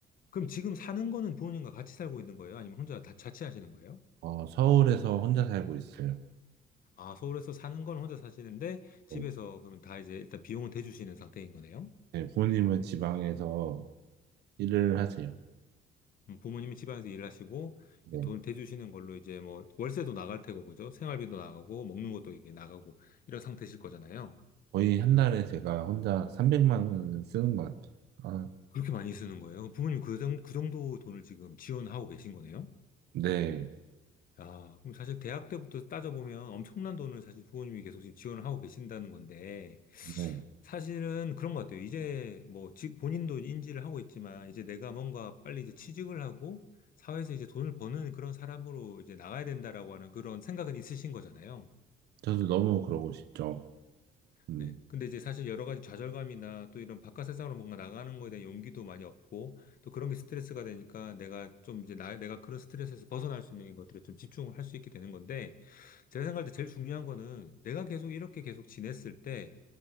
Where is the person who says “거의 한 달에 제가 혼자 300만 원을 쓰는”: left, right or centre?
Right